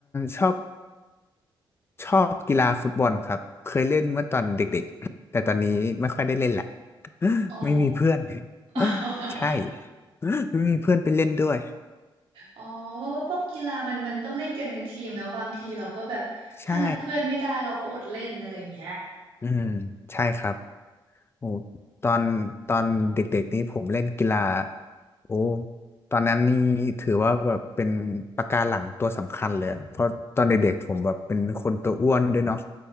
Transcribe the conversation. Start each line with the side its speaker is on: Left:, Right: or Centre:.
Left: ชอบชอบกีฬาฟุตบอลครับเคยเล่นเมื่อตอนเด็กๆแต่ตอนนี้ไม่ค่อยได้เล่นแหละ
Right: อ๋อ
Left: ไม่มีเพื่อน <laughs>
Right: <laughs>
Left: ใช่ไม่มีเพื่อนไปเล่นด้วย
Right: อ๋อเพราะว่าพวกกีฬามันมันต้องเล่นกันเป็นทีมเนาะบางทีเราก็แบบถ้านัดเพื่อนไม่ได้เราก็อดเล่นอะไรอย่างเงี้ย
Left: ใช่อืมใช่ครับ โอ้ตอนตอนเด็กๆนี้ผมเล่นกีฬาโอ้ตอนนั้นนี่ถือว่าแบบเป็นปะการังตัวสำคัญเลยอะเพราะตอนเด็กๆผมแบบเป็นคนตัวอ้วนด้วยเนาะ